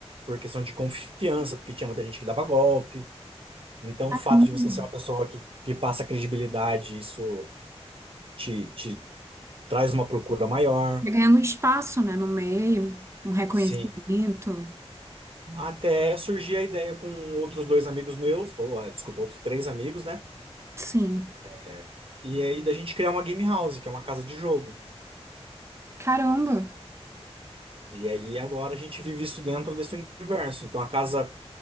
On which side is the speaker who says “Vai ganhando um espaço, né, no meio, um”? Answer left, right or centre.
Right